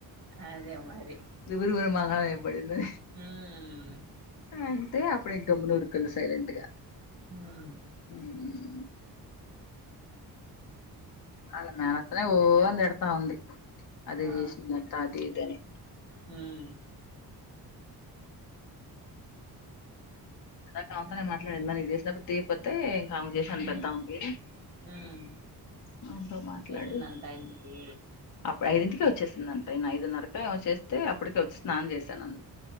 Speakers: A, on the right; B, on the left.
A: అదే మరి.
B: ఇ గురుగురుమా పడింది
A: హ్మ్.
B: అంటే అప్పుడు ఇంకా గమ్మున ఊరుకుంది సైలెంట్ గా
A: హ్మ్.
B: మ్మ్ వాళ్ళ మేనత్తనే ఓ అని తిడతాంది. అదే
A: ఆ!
B: చేసిదంట అది ఇది అని
A: హ్మ్.
B: ఇందాక ఆమెతోనే మాట్లాడింద నను చేసినప్పుడు తీయకపోతే ఆమెకి చేసాను
A: హుహు.
B: పెద్ద అమికి
A: హ్మ్.
B: అమ్మేతో
A: వచ్చేసిందంట
B: మాట్లాడి
A: ఇంటికి.
B: అప్పుడు ఐదింటికే వచ్చేసిందింట. ఐదున్నరకి ఏమో చేస్తే ఐతే అప్ ప్పుడ్ కొచ్చి స్నానం చేశానంది.